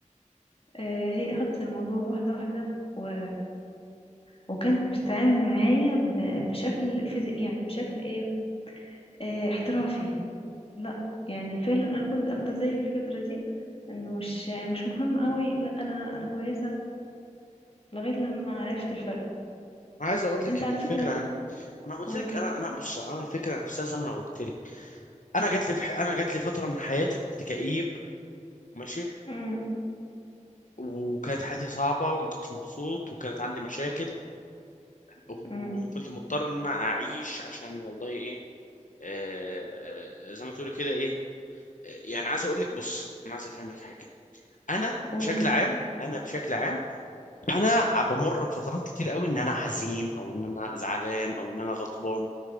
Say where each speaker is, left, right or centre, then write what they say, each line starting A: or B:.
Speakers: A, on the left (about 45°); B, on the left (about 80°).
A: آه، هي أخدت الموضوع واحدة واحدة و... وكانت بتتعامل معايا ب... بشكل فيزي... يعني بشكل إيه آه، احترافي لا يعني فعلا أنا كنت أخدة زيك الفكرة دي إنه مش مش مهم قوي لا أنا أنا كويسة لغاية لما عرفت الفرق
B: انا عايز اقول لك
A: أنت
B: ان
A: على
B: الفكره
A: فكرة
B: انا قلت
A: قول
B: لك انا انا بص انا الفكره نفسها زي ما انا قلت لك انا جات لي في ح... انا جات لي فتره من حياتي كنت كئيب ماشي
A: أمم،
B: وكانت حياتي صعبة وما كنتش مبسوط وكانت عندي مشاكل وكنت
A: أمم،
B: مضطر ان انا اعيش عشان والله ايه آه، آه، زي ما تقولي كده ايه آه، يعني عايز اقول لك بص انا عايز افهمك حاجة انا
A: قول
B: بشكل عام انا بشكل عام انا بمر بفترات كتير قوي ان انا حزين او ان انا زعلان او ان انا غضبان